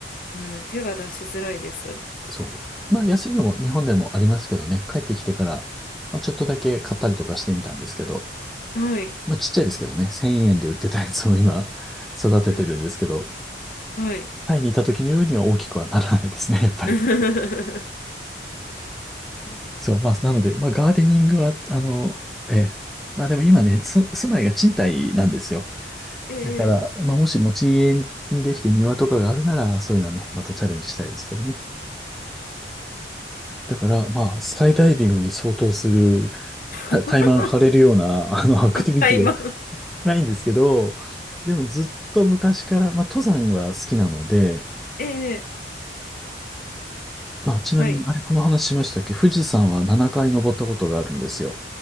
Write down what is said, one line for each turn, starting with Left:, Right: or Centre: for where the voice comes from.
Left: うん、手が出しづらいです。う
Centre: そう。まあ安いのも日本でもありますけどね、
Left: ん
Centre: 帰ってきてから、まあ、ちょっとだけ買ったりとかしてみたんですけど、
Left: うんはい。
Centre: まあちっちゃいですけどね、1000円で売ってたやつを今 <laughs> 育ててるんですけど、
Left: うん、はい。
Centre: タイにいた時のようには大きくはならないですね、やっぱり。
Left: <laughs> そうなんですね。
Centre: そう、まあなので、まあガーデニングは、あの、ええ、まあでも今ね、す住まいが賃貸なんですよ。
Left: ええ、
Centre: だから、まあもし持ち家にできて庭とかがあるなら、そういうのはね、またチャレンジしたいですけどね。だから、まあ、スカイダイビングに相当する、
Left: <laughs>
Centre: たタイマン張れるような、<laughs> あの、アクティビティが
Left: あ、買います。
Centre: ないんですけど、でもずっと昔から、まあ、登山は好きなので、
Left: ええ、
Centre: まあ、ちなみに、
Left: はい。
Centre: あれ、この話しましたっけ富士山は7回登ったことがあるんですよ。